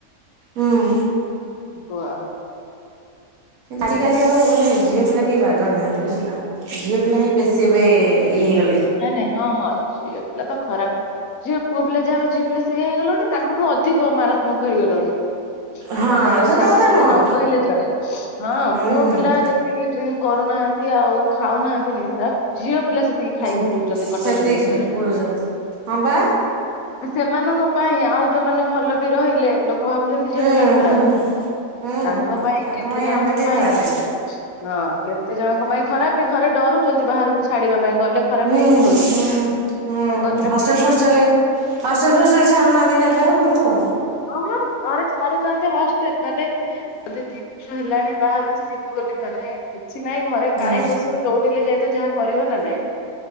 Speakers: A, on the right; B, on the left.
A: ହୁଁ
B: କୁହ <inaudible>
A: ଆଜିକାଲି ଆଉ ମାନେ ଝିଅ ପିଲା କେହି ବାଗ ନାହାନ୍ତି ବୁଝିଲ ଝିଅ ପିଲା ହିଁ ବେଶୀ ଏବେ ଇଏ ହେଇଗଲେ।
B: ନାଇଁ ନାଇଁ ହଁ ହଁ ଝିଅ ପିଲା ତ ଖରାପ ଝିଅ ପୁଅ ପିଲା ଯାହା ହେବେ ଝିଅ ପିଲା ସେ ସେ ହେଇଗଲଣି ତାଙ୍କଠୁ ଅଧିକ ମାରାତ୍ମକ ହେଇଗଲଣି।
A: ହଁ
B: ମାନେ
A: ସତ
B: ତାଙ୍କ କଥା
A: ନୁହଁ
B: ନ କହିଲେ ଚଳେ ହଁ
A: ହୁଁ
B: ପୁଅ ପିଲା ଯେତିକି ଡ୍ରିଙ୍କ କରୁନାହାନ୍ତି ଆଉ ଖାଉନାହାନ୍ତି ନିସା ଝିଅ ପିଲା ସେତିକି ଖାଇକି
A: ହୁଁ
B: ବୁଲଛନ୍ତି କଟକ
A: ସେତିକି
B: ଭୁବନେଶ୍ଵରରେ <inaudible>
A: ବୁଲୁଛନ୍ତି। ହଁ ବା
B: ସେମାନଙ୍କ ପାଇଁ ଆଉ ଯୋଉମାନେ ଭଲ ବି ରହିଲେ ଲୋକ ଭାବୁଛନ୍ତି ସି
A: ହୁଁ
B: ପିଲା ଖରାପ।
A: ହୁଁ ହୁଁ
B: ତାଙ୍କ ପାଇଁ
A: ତାଙ୍କ
B: କେତେ ଜଣଙ୍କ
A: ଆମେ ବି
B: ପାଇଁ
A: ଖରାପେ
B: ହଁ କେତେ ଜଣଙ୍କ ପାଇଁ ଖରାପି ଘରେ ଡରୁଛନ୍ତି ବାହାରକୁ ଛାଡିବା ପାଇଁ ଗଲେ। ଖରାପ
A: ହୁଁ
B: ହେଇଯିବ
A: ହୁଁ
B: କି?
A: ହୁଁ
B: ସଙ୍ଗତରେ
A: ହଷ୍ଟେଲ
B: ପଡିକି
A: ଫଷ୍ଟେଲରେ ହଷ୍ଟେଲ ଫଷ୍ଟେଲରେ ଛା ନଦୀ ନେବା ଆ ଘରୁ।
B: ଓ ଘରେ ଛାଡୁନାହାନ୍ତି ହଷ୍ଟେଲ୍ ମାନେ ଯଦି ଦିଷ ହେଲାଣି ବାହାରୁଛି ଯିବି ବୋ କିଛି ନାଇଁ ଘରେ
A: ହୁଁ
B: କାହିଁ ବସିବ। ଯୋଉଠି ହେଲେ ଯାଇତ ଯାହା କରିବ ନା ନାଇଁ।